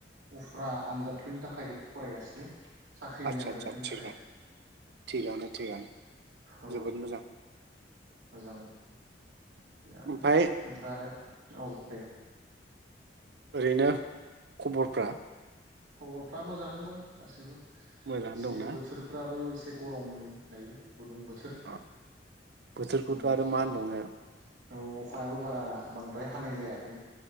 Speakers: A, on the right (about 85°); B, on the right (about 65°).
A: उफ्रा आनजादफोरनि थाखाय फरायगासिनो साख्रिनि
B: आदसा
A: आन्जादफोरनि
B: आदसा थिगानो
A: थाखाय
B: थिगानो थिगानो
A: औ
B: जोबोद मोजां
A: मोजां थिगानो
B: ओमफ्राय
A: ओमफ्राय औ दे
B: ओरैनो खबरफ्रा
A: खबरफ्रा मोजाङैनो दं गासैबो
B: मोजाङानो
A: एसे
B: दंना
A: बोथोरफ्राबो एसे एसे गरम‌ नै दायो गुदुं बोथोर
B: औ बोथोरखौथ'
A: उम
B: आरो
A: अखा
B: मा होनबावनो
A: औ अखायाबो बारा बांद्राय हानाय जायाखै